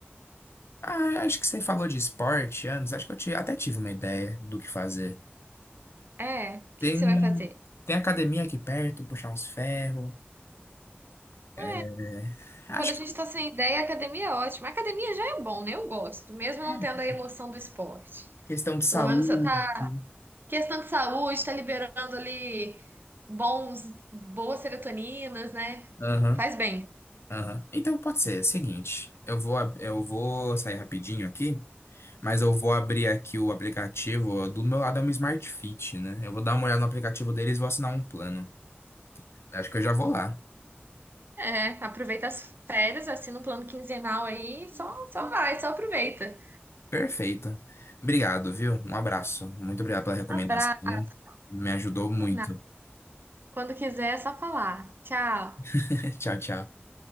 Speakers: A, on the left (about 80°); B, on the right (about 55°).
A: Ah, acho que você falou de esporte antes. Acho que eu ti- até tive uma ideia do que fazer.
B: É, o que
A: Tem,
B: que você vai fazer?
A: tem academia aqui perto, puxar uns ferros. É,
B: É.
A: Acho
B: Quando a gente
A: que
B: tá sem ideia, a academia é ótima. A academia já é bom, né? Eu gosto, mesmo
A: é
B: não tendo a emoção do esporte.
A: questão de saúde.
B: Pelo menos você tá.
A: né?
B: Questão de saúde, tá liberando ali bons, boas serotoninas, né?
A: Aham.
B: Faz bem.
A: Aham. Então pode ser, é o seguinte, eu vou, ab- eu vou sair rapidinho aqui, mas eu vou abrir aqui o aplicativo, do meu lado é um Smart Fit, né? Eu vou dar uma olhada no aplicativo deles e vou assinar um plano. Acho que eu já vou lá.
B: É, aproveita as férias, assina um plano quinzenal aí, só, só vai, só aproveita.
A: Perfeito. Obrigado, viu? Um abraço. Muito obrigado pela recomendação.
B: Abraço,
A: Me ajudou muito.
B: por nada. Quando quiser, é só falar. Tchau.
A: <laughs> Tchau, tchau.